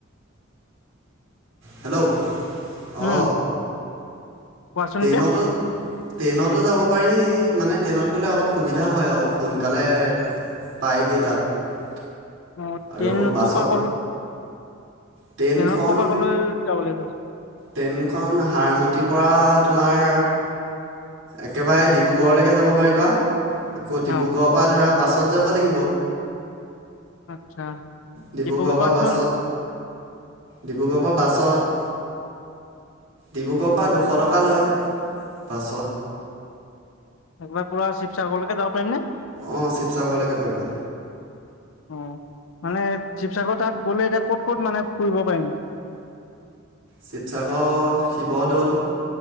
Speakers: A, on the right (about 60°); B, on the left (about 65°).
A: হেল্ল' অ'।
B: উম, কোৱাচোন
A: ট্ৰেইনতো
B: এতিয়া?
A: ট্ৰেইনতো যাব পাৰি মানে ট্ৰেইনত গ'লে অলপ সুবিধা হয় আৰু সোনকালে পায়গে তাত।
B: অ' ট্ৰেইন
A: আৰু বাছত
B: ক'ৰ পৰা কলো।
A: ট্ৰেইনখন
B: ট্ৰেইনত ক'ৰপ ক'লৈ যাব লাগিব।
A: ট্ৰেইনখন হাড়মতিৰ পৰা তোমাৰ একেবাৰে ডিব্ৰুগড়লৈকে যাব পাৰিবা। আকৌ ডিব্ৰুগড়ৰ
B: অ'
A: পৰা ধৰা বাছত যাব লাগিব।
B: আচ্ছা,
A: ডিব্ৰুগড়ৰ
B: জিপু ক পাৰটছ
A: পৰা বাছত
B: মান
A: ডিব্ৰুগড়ৰ পৰা বাছত, ডিব্ৰুগড় পৰা দুশ টকা লয়। বাছত
B: একবাৰ কা শিৱসাগৰলৈকে যাব পাৰিম ন?
A: অ' শিৱসাগৰলৈকে পাবা।
B: অ'। মানে শিৱসাগৰ তাত গ'লে এতিয়া ক'ত ক'ত মানে ফুৰিব পাৰিম?
A: শিৱসাগৰ শিৱদৌল,